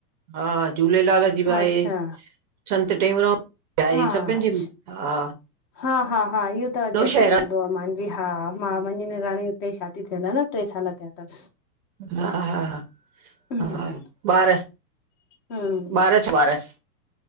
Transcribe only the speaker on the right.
हा झूलेलाल जी भ
आहे संत टेऊंराम आहे
सभिनि
जी हा
वॾो
शहर
हा हा हा
हा बारस
ॿारछ ॿारछ